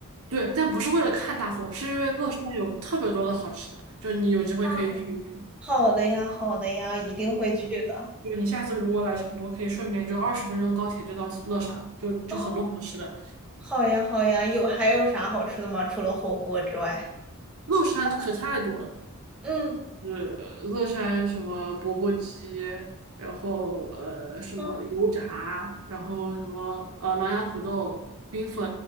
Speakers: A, on the right; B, in the centre.
A: 对，但不是为了看大佛，是因为乐山有特别多的好吃的，就你有机会可以去一去。
B: 啊。好的呀，好的呀，一定会去的。
A: 就是就是你下次如果来成都，可以顺便就二十分钟高铁就到乐山了，就就很多好吃的。
B: 哦，好呀，好呀，有还有啥好吃的吗？除了火锅之外，
A: 乐山可太多了。
B: 嗯
A: 是乐山什么钵钵鸡，然后呃什么油炸，
B: 嗯，
A: 然后什么呃狼牙土豆、冰粉，